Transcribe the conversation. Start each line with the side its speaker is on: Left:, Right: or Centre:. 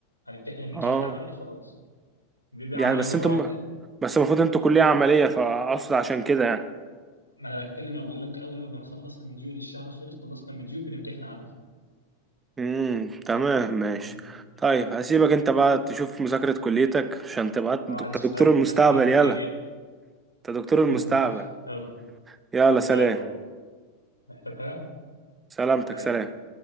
Left: هنمتحن المديول
Right: اه
Left: ده عملي خلاص بيبقى
Right: يعني
Left: عملي
Right: بس
Left: مره
Right: انتم
Left: واحده يعني
Right: بس المفروض انتوا كلية عملية فاقصد عشان كده يعني
Left: ما انا بتكلم أنا بقول لك اول ما بنخلص المديول الشهر خلص خلصنا المديول بنمتحن عملي
Right: امم تمام ماشي
Left: مم.
Right: طيب هسيبك انت بقى تشوف مذاكرة كليتك عشان تبقى
Left: اه
Right: انت
Left: لسه
Right: دكتور
Left: بقى الامتحانات
Right: المستقبل
Left: والدنيا
Right: يلا انت دكتور المستقبل
Left: <laughs> يلا
Right: يلا
Left: ان
Right: سلام
Left: شاء الله محتاج حاجه
Right: سلامتك
Left: سلام
Right: سلام